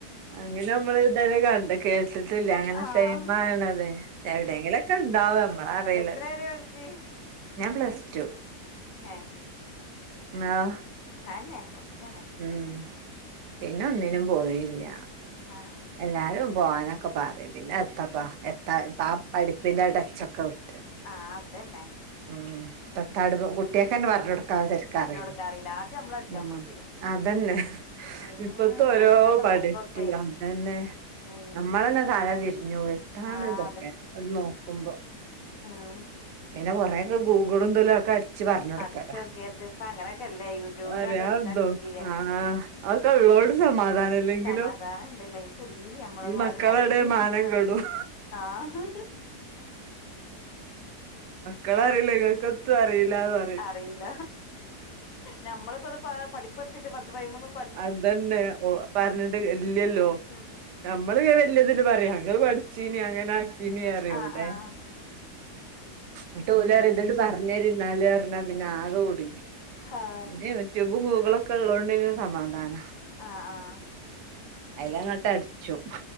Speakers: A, on the right; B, on the left.
A: അങ്ങനെമ്മള് ഇതരെ കണ്ട കേട്ട് ട്ടില്ല അങ്ങനെ
B: ആഹ്
A: സൈം ആവിണത്. എവിടെങ്കിലൊക്കെണ്ടാവും. ഞമ്മള അറീല
B: ത്രെ വരെ പട്ച്ച്
A: ഞാൻ പ്ലസ് ടു
B: ഏഹ്..
A: ങ്ങളോ?
B: അഅന്നെ പ്ലസ് ടുന്നെ
A: ഉം പിന്നൊന്നിനും പോയില്ല
B: ആഹ്
A: എല്ലാരും പോവാനൊക്കെ പറ്യും. പിന്നെ എത്തപ്പാ എത്താ ആ പഠിപ്പിന്റെ ടച്ചൊക്കെ വിട്ട്
B: ആഹ് അതന്നെ
A: ഉം.. ദെത്താണ്ത് കുട്ട്യാക്കെന്നെ പർഞൊട് ക്കാൻ സെര്ക്ക്
B: പറഞ്ഞ്
A: അറീല
B: കൊടുക്കാറിയില്ല ആദ്യം നമ്മള് അടിച്ചാൻ
A: ഉം
B: പോണ്ടി വരും
A: അതന്നെ
B: ഉം
A: ഇപ്പത്തെ
B: ഇപ്പയിന്
A: ഓരോ
B: ഇപ്പത്തെ
A: പഠി
B: ബുക്കൊക്കെ
A: പ്പ് ന്നെ <unintelligible> ന്നെ
B: ഉം
A: നമ്മളന്നെ തല തിര്ഞ്ഞോവും. എത്താണ്തൊക്കെ
B: ആഹ്
A: ഒന്ന് നോക്കുമ്പോ
B: ആഹ്.
A: പിന്നെ കൊറേക്കെ ഗൂഗിളും ത് ലൊക്കെഅട് ച്ച് പർഞ്ഞൊട്ക്കല,
B: അടിച്ചോക്കിയിട്ട് ഇപ്പ അങ്ങനെയൊക്കെല്ലേ യൂട്യൂബില്
A: പറയാണ്ടോ
B: കണ്ട് അടിച്ചാ കിട്ടീല്ലേ
A: ആഹ് അതൊക്കെള്ളോണ്ട് സമാധാനം ല്ലെങ്കിലോ
B: സമാധാനം ഉണ്ടല്ലേ ഈ കുടുങ്ങിന് നമ്മള്
A: ഈ
B: വേറെ
A: മക്കളെടേ
B: നയന്റീൻ
A: മാനം
B: കിഡ്സ് ഒക്കെ
A: കെടും
B: ആഹ്
A: ക്കളറിണ്ട്, ഇങ്ങക്കെത്തും അറീലാന്ന്
B: അറീല, ഞമ്മളിപ്പത് പഠിപ്പ്ർത്തീട്ട് പത്ത് പൈമൂന്ന്
A: അതന്നെ ഓ പർഞ്ഞിട്ട് ഇല്യല്ലോ
B: ഉം
A: നമ്മള് വല്യതില് പറയാ അങ്ങൾ പഠിച്ചീനീ അങ്ങനാക്കീനി അറ്യും.
B: ആഹ്
A: ഔടെ
B: ആഹ്
A: ന്നിട്ട് ഓലറിം, ഇത്ണ്ട് പർഞ്ഞെരിന്നാല് അർഞ്ഞാ പിന്നാകെ കുട്ങ്ങി,
B: ആഹ്
A: പിന്നെ യൂ ട്യൂബും ഗൂഗ്ളൊക്കെള്ളതോണ്ട്പിന്നെ സമാധാന
B: ആഹ് ആഹ്..
A: അയ്‌ലങ്ങട്ടട്ച്ചും